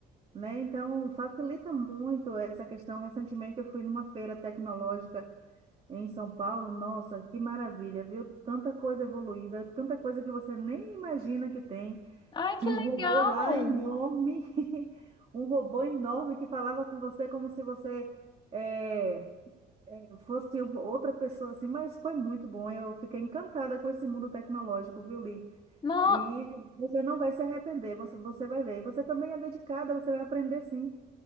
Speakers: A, on the right; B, on the left.
A: né? Então facilita muito essa questão. Recentemente eu fui numa feira tecnológica em São Paulo. Nossa, que maravilha, viu? Tanta coisa evoluída, tanta coisa que você nem imagina que tem.
B: Ai,
A: Tinha
B: que
A: um
B: legal!
A: robô lá enorme, <laughs> um robô enorme que falava com você como se você é, é, eu fosse uma- outra pessoa assim, mas foi muito bom. Eu fiquei encantada com esse mundo tecnológico, viu, Li?
B: No...
A: E você não vai se arrepender, você, você vai ver. Você também é dedicada, você vai aprender sim.